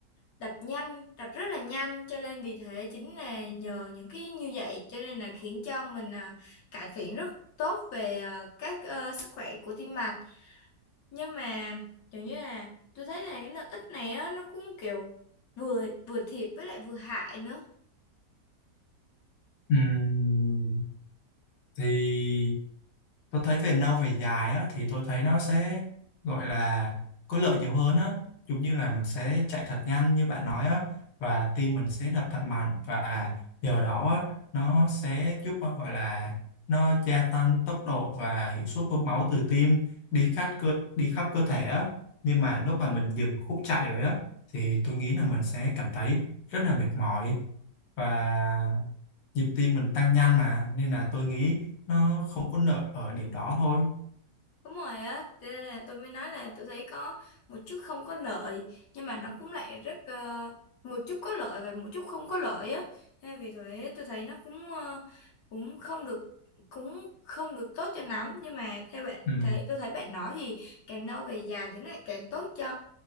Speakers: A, on the left; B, on the left.
A: đập nhanh, đập rất là nhanh, cho nên vì thế chính là nhờ những cái như vậy, cho nên là khiến cho mình à, cải thiện rất tốt về à, các ờ, sức khỏe của tim mạch. nhưng mà kiểu như là tôi thấy là cái lợi ích này á nó cũng kiểu vừa vừa thiệt với lại vừa hại nữa
B: Ừm, thì tôi thấy về lâu về dài á, thì tôi thấy nó sẽ gọi là có lợi nhiều hơn á giống như là mình sẽ chạy thật nhanh như bạn nói á và tim mình sẽ đập thật mạnh và nhờ đó á, nó sẽ giúp à, gọi là nó gia tăng tốc độ và hiệu suất bơm máu từ tim đi khắp cơ đi khắp cơ thể á nhưng mà lúc mà mình dừng khúc chạy rồi á thì tôi nghĩ là mình sẽ cảm thấy rất là mệt mỏi và nhịp tim mình tăng nhanh mà nên là tôi nghĩ nó không có lợi ở điểm đó thôi
A: đúng rồi á cho nên là tôi mới nói là tôi thấy có một chút không có lợi nhưng mà nó cũng lại rất ờ, một chút có lợi và một chút không có lợi á nên vì thế tôi thấy nó cũng ờ, cũng không được cũng không được tốt cho lắm nhưng mà theo bạn
B: ừ,
A: thấy tôi thấy bạn nói thì càng lâu về dài thì nó lại càng tốt cho